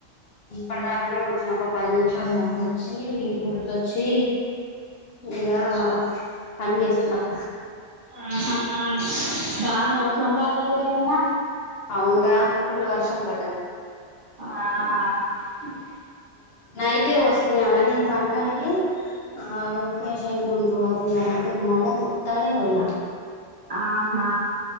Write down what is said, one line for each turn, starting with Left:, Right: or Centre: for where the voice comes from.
Left: ఇప్పటి దాకానే వచ్చిన ఒక పది నిమిషాల ముందు వచ్చి గుర్తొచ్చి ఇగా పని చేస్తున్న
Right: ఆహా బానే వర్షం బాగాది లేన్న
Left: అవునుగా ఫుల్ వర్షం పడ్దది
Right: ఆ
Left: నైతేే వస్తున్నావ నీ పనికాడికి ఆ పేషెంట్ ఉండరు అది ఇది నంట ఇంగ మళ్ళ ఉట్టాలే పోయినా
Right: ఆహా